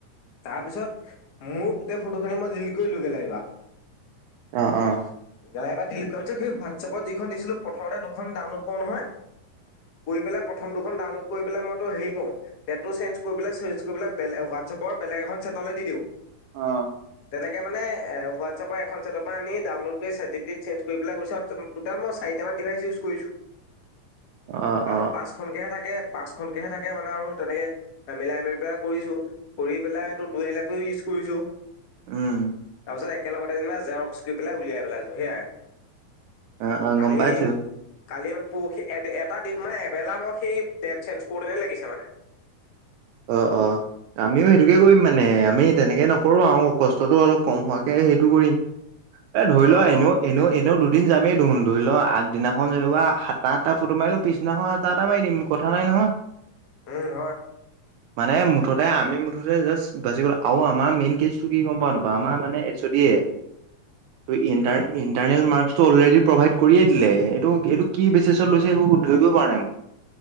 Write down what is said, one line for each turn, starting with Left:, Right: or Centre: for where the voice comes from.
Left: তাৰপিছত মোৰ গোটেই ফটোখিনি মই জিল্ কৰিলো <unintelligible> এইবাৰ।
Right: অ', অ,
Left: <unintelligible> ডিলিট কৰা পিছত সেই হোৱাটছএপত যিখন দিছিলোঁ প্ৰথমতে দুখন ডাউনলোড কৰো নহয়। কৰি পেলাই প <unintelligible> দুখন ডাউনলোড কৰি পেলাই মই তোৰ হেৰি কৰোঁ, ডেটটো চেন্স কৰিপেলাই চেন্স কৰিপেলাই হোৱাটচেপৰ বেলেগ এখন চে <unintelligible> দি দিওঁ।
Right: অ',
Left: তেতিয়া মানে হোৱাটচেপৰ এখন ছেটৰ পৰা আনি ডাউনলোড কৰি চেত জিপি টিত চেঞ্জ কৰি পেলাই কৰি চাওঁ টোটেল মই চাৰিটা মান ডিভাইজ উছ কৰিছো।
Right: <unintelligible> অ
Left: কাৰণ
Right: অ
Left: পাঁচখনকেহে থাকে। পাঁচ খনকেহে থাকে মানে আৰু তেনেকে মিলাই মিলি পেলাই কৰিছো, কৰি পেলাইটো দুই এ লপেও ইজ কৰি <unintelligible>
Right: উম।
Left: তাৰপিছত একেলগতে যুনা জেৰক্স কৰি পেলাই উলিয়াই পেলাইছো সেয়াই
Right: অ', অ,
Left: কালি
Right: গম পাইছোঁ।
Left: কালি মান পৰখি এট-এটা <unintelligible> মানে এবেলা মই সেই ডেট চেঞ্জ কৰোতেনে লাগিছে মানে।
Right: অ', অ, আমিও সেইটোকে কৰিম মানে আমি তেনেকে নকৰোঁ আউ। কষ্টটো অলপ কম হোৱাকে সেইটো কৰিম, এ ধৰি লোৱা
Left: অ',
Right: এনেও-এনেও-এনেও
Left: অ',
Right: দু দুদিন যামেই দুখোন ধৰি লও আগদিনাখন যেনেকুৱা সাতটা আঠটা ফটো মাৰিলোঁ পিছদিনাখন সাতটা আঠা মাৰি দিম কথা নাই ন'। <unintelligible>
Left: উম, হয়।
Right: মানে মুঠতে আমি মুঠতে জাষ্ট বাচি গ'ল আৰু আমাৰ মেইন কেচটো কি গম পাওঁ নে আমাৰ মানে এইজ অ' ডিয়ে তোৰ ইণ্টাৰ-ইণ্টাৰনেল
Left: উম।
Right: মাৰ্ক <unintelligible> অলৰেডি প্ৰভাইড কৰিয়ে দিলে এইটো এইটো কি বেচিছত লৈছে একো ধৰিবই পৰা নাই।